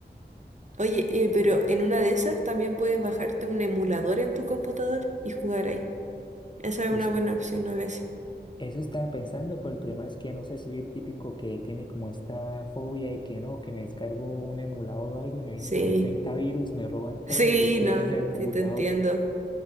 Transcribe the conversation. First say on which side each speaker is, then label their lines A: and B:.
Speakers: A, on the right; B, on the left.
A: Oye, eh, pero en una de esas también puedes bajarte un emulador en tu computador y jugar ahí. Esa es
B: Pues
A: una buena opción a veces.
B: eso estaba pensando, pero el problema es que no sé, soy el típico que tiene como esta fobia y que no, que me descargo un emulador o algo y me viene
A: Sí,
B: con 30 virus, me roban
A: <laughs>
B: todo
A: sí,
B: y <laughs> pierdo
A: no,
B: el computador.
A: sí te entiendo.